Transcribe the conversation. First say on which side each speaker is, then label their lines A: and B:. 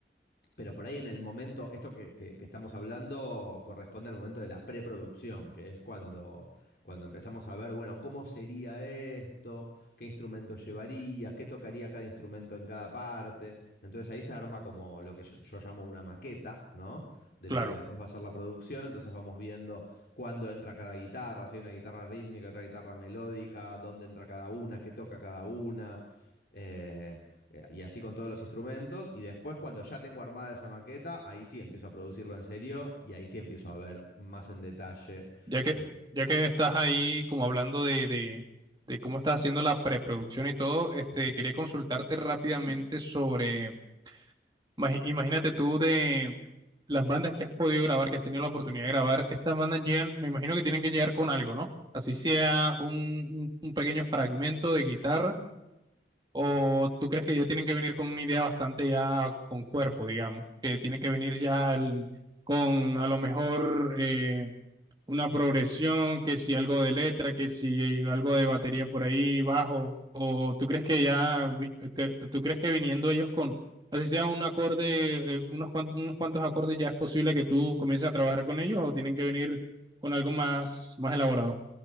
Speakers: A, on the left; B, on the right.
A: pero por ahí en el momento, esto que, que- que estamos hablando corresponde al momento de la preproducción, que es cuando, cuando empezamos a ver, bueno, cómo sería esto, qué instrumentos llevaría, qué tocaría cada instrumento en cada parte. Entonces ahí se arma como lo que yo, yo llamo una maqueta, ¿no? De
B: claro.
A: lo que después va a ser la producción. Entonces vamos viendo cuándo entra cada guitarra, si hay una guitarra rítmica, otra guitarra melódica, dónde entra cada una, qué toca cada una. Eh, eh, Y así con todos los instrumentos. Y después, cuando ya tengo armada esa maqueta, ahí sí empiezo a producirlo en serio y ahí sí empiezo a ver más en detalle.
B: Ya que,
A: eh,
B: ya que estás ahí como hablando de, de, de cómo estás haciendo la preproducción y todo, este,
A: Ujú.
B: quería consultarte rápidamente sobre, ma- imagínate tú de las bandas que has podido grabar, que has tenido la oportunidad de grabar, estas bandas llegan, me imagino que tienen que llegar con algo, ¿no? Así sea un, un un pequeño fragmento de guitarra, o
A: Sí.
B: tú crees que ya tienen que venir con una idea bastante ya con cuerpo, digamos, que tienen que venir ya el- con a lo mejor... eh, una progresión, que si algo de letra, que si algo de batería por ahí bajo, o tú crees que ya, vi- que- tú crees que viniendo ellos con, así sea un acorde, eh, unos cuantos, unos cuantos acordes, ya es posible que tú comiences a trabajar con ellos o tienen que venir con algo más, más elaborado.